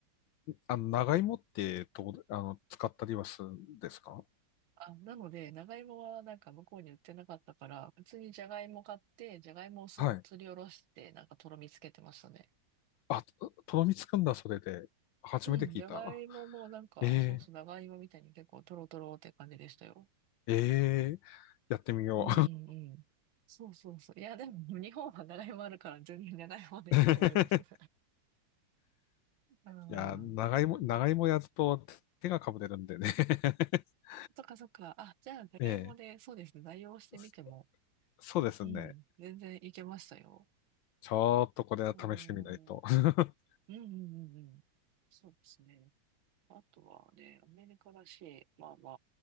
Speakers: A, on the left; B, on the right.
A: あの、長芋ってとこあの、使ったりはするんですか
B: あ、なので、長芋はなんか向こうに売ってなかったから、普通にじゃがいも買って、じゃがいもをすすりおろして、
A: はい。
B: なんかとろみつけてましたね。
A: あ、ととろみつくんだ、それで。初めて聞いた。
B: うん、じゃがいももなんか、
A: ええ、
B: そうそう、長芋みたいに結構とろとろって感じでしたよ。
A: ええ、やってみよ
B: うんうんうん。そうそうそう。いや、でも日本は長芋あるから全然長芋でいいと思います。
A: う。<laughs>
B: <laughs> うんうん。
A: いや、長芋、長芋やると手がかぶれるんでね。<laughs>
B: そっかそっか。あ、じゃあ、じゃがいもで、
A: ええ、
B: そうですね、代用してみても、
A: <laughs> そそうですね。
B: うん、全然いけましたよ。
A: ちょっとこれは試してみないと。
B: あー
A: <laughs>
B: うんうんうんうん。そうですね。あとはね、アメリカらしい。まあま